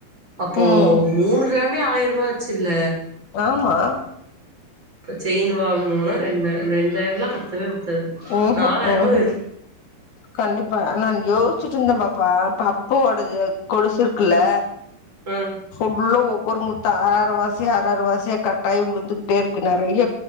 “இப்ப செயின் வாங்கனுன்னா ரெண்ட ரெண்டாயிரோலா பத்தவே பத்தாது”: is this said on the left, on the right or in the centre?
Right